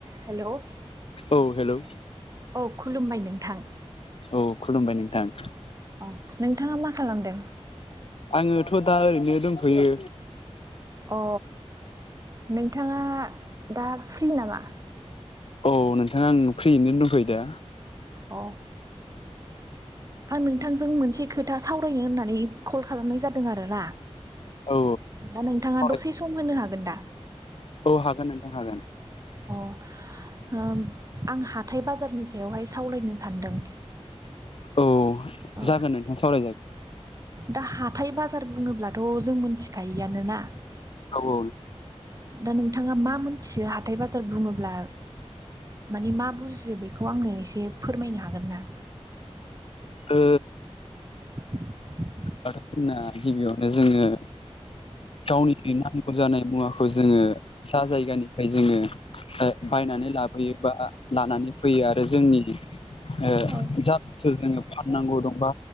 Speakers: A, on the right; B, on the left.
A: हेल'
B: औ हेल'
A: औ खुलुमबाय नोंथां
B: औ खुलुमबाय नोंथां
A: औ नोंथाङा मा खालामदों
B: आङोथ' दा ओरैनो दंथ'यो
A: अ नोंथाङा दा फ्रि नामा
B: औ नोंथाङा आं फ्रियैनो दंथ'यो दा
A: अ आं नोंथांजों मोनसे खोथा सावरायनो होननानै कल खालामनाय जादों आरोना
B: औ
A: दा नोंथाङा
B: औ
A: दसे सम होनो हागोन दा
B: औ हागोन नोंथां हागोन
A: अ आं हाथाय बाजारनि सायावहाय सावरायनो सानदों
B: औ
A: औ
B: जागोन नोंथाङा सावरायजागोन
A: दा हाथाय बाजार बुङोब्लाथ' जों मोनथिखायोआनोना
B: औ औ
A: दा नोंथाङा मा मोनथियो हाथाय बाजार बुङोब्ला माने मा बुजियो बेखौ आङो एसे फोरमायनो हागोन ना?
B: ओ
A: <inaudible>
B: बाथौ फिना गिबियावनो जोङो गावनि नामखुर जानाय मुवाखौ जोङो जा जायगानिफ्राय जोङो बायनानै लाबोयोबा लानानै फैयो आरो जोंनि ओ
A: औ
B: जाखौ जो फाननांगौ दंबा